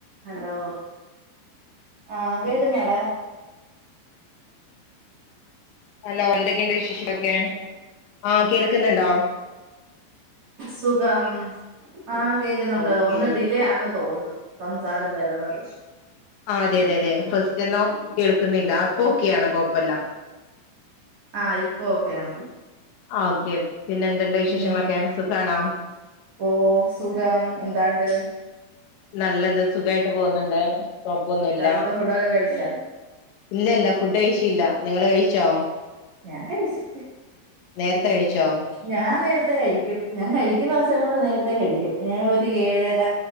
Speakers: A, on the right; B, on the left.
A: Hello ആ കേൾക്കുന്നടാ
B: hello എന്തൊക്കെയണ്ട് വിശേഷക്കെ ആ കേൾക്കുന്നുണ്ടോ
A: സുഖം ആ കേക്കുന്നുണ്ട്
B: ഓക്കേ
A: ഒന്ന് ഡിലേയാന്ന് ന്തോന്ന സംസാരം വരുന്നത്
B: ആ അതെ അതെ അതെ ഫസ്റ്റ്ന്നോ കേൾക്കുന്നില്ല അപ്പൊക്കെയാണ് കൊഴപ്പല്ല
A: ആഹ് ഇപ്പൊ ഓക്കെയാണ്
B: ആ ഓക്കെ പിന്നെ എന്ത്‌ണ്ട് വിശേഷങ്ങളൊക്കെ
A: ഉം
B: സുഖാണോ
A: ഓ സുഖം എന്താണ്ട്
B: നല്ലത് സുഖായിട്ട് പോകുന്നുണ്ട് തപ്പൊന്നുമല്ല
A: രാത്രിത്തെ ഫുഡൊക്കെ കഴിച്ചാ
B: ഇല്ലല്ല ഫുഡ് കഴിച്ചില്ല നിങ്ങള് കഴിച്ചോ
A: ഞാൻ കഴിച്ചു
B: നേരത്തെ കഴിച്ചോ
A: ഞാൻ നേരത്തെ കഴിക്കും ഞാൻ കഴിക്കുന്ന ദിവസങ്ങളിൽ നേര ഇടിക്കും ഞാൻ ഒരു ഏഴര